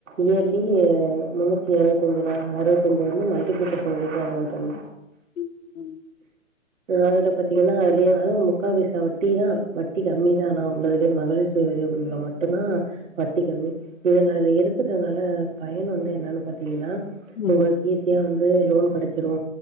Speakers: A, on the right; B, on the left.
A: இயர்லி முன்னூத்தி அறுவத்தஞ்சு நா அறுபத்தஞ்ச வந்து மல்டிபிலிகேஷன் பண்ணிக்வாங்க தோழி
B: ம் ம்
A: அதுல பாத்தீங்கன்னா அதுலயு அதுவும் முக்கா பைசா வட்டிதா வட்டி கம்மிதா ஆனா உள்ளதுலே மகளிர் <unintelligible> மட்டுந்தா கட் டி கம்மி இதன இருக்கிறனால பயன் வந்து என்னான்னு பாத்தீங்கன்னா
B: ம்
A: உங்களுக் ஈஸியா வந்து லோன் கெடைச்சிரு